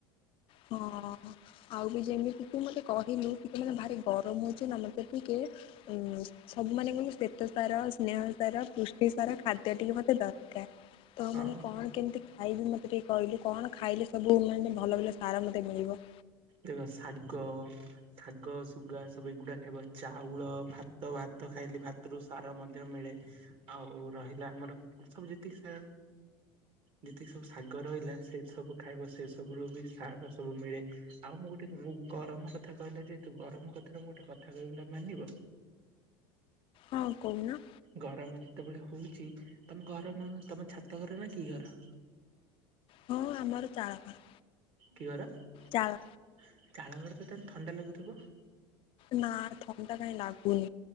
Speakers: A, on the left (about 50°); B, on the right (about 55°).
A: ହଁ ଆଉ ବି ଯେମିତି କି ମତେ କହିଲୁ। ମାନେ ଭାରି ଗରମ ହଉଛି ନା ମତେ ଟିକେ ଉଁ ସବୁ ମାନେଙ୍କୁ ଶ୍ଵେତ ସାର ସ୍ନେହ ସାର ପୁଷ୍ଟି ସାର ଖାଦ୍ୟ ଟିକେ ମତେ ଦରକାର ତ
B: ହଁ
A: ମାନେ କଣ କେମିତି ଖାଇବି ମତେ ଟିକେ କହିଲୁ କଣ ଖାଇଲେ ସବୁ ମାନେ ଭଲ ଭଲ ସାର ମତେ ମିଳିବ।
B: ଦେଖ ଶାଗ। ଶାଗ ଶୁଗା ସବୁ ଏଗୁଡା ଖାଇବ ଚାଉଳ ଭାତ ଭାତ ଖାଇଲେ ଭାତ ଥିରୁ ସାର ମଧ୍ୟ ମିଳେ ଆଉ ରହିଲା ଆମର ସବୁ ଯେତିକି ସେ ଯେତିକି ସବୁ ଶାଗ ରହିଲା ସେ ସବୁ ଖାଇବା ସେ ସବୁ ରୁ ବି ସାର ସବୁ ମିଳେ। ଆଉ ମୁଁ ଗୋଟେ ଗରମ କଥା କହିଲା ଯେହେତୁ ଗରମ କଥାରେ ମୁଁ ଗୋଟେ କଥା କହିବି ନା ମାନିବ।
A: ହଁ କହୁ ନା।
B: ଗରମ ଯେତେବେଳେ ହଉଛି ତମ ଘର ତମ ଛାତ ଘର ନା କି ଘର।
A: ହଁ ଆମର ଚାଳ ଘର।
B: କିଘର ଚାଳଘର
A: ଚାଳ
B: ତ ତା ହେଲେ ଥଣ୍ଡା ଲାଗୁଥିବ।
A: ନା ଥଣ୍ତା କାଇଁ ଲାଗୁନି।